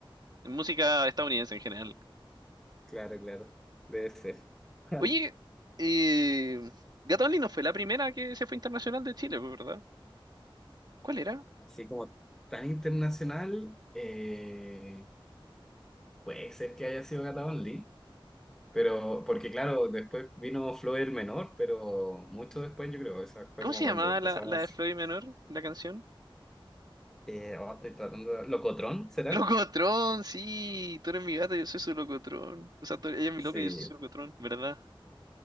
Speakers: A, on the right; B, in the centre.
A: música estadounidense en general.
B: Claro, claro, debe ser. <laughs>
A: Oye, eh, Gato Only no fue la primera que se fue internacional de Chile, pues, ¿verdad? ¿Cuál era?
B: Así como tan internacional, eh, puede ser que haya sido Gata Only, pero porque claro, después vino Flow el Menor, pero mucho después yo creo, esa fue
A: ¿Cómo
B: como
A: se
B: cuando
A: llamaba
B: empezaba,
A: la, la de Floyd Menor, la canción?
B: eh, oh, estoy tratando de- ¿Locotrón será?
A: Locotrón, sí, tú eres mi gata, yo soy su locotrón. O sea, tú- ella es mi
B: Sí,
A: loca, yo soy su locotrón, ¿verdad?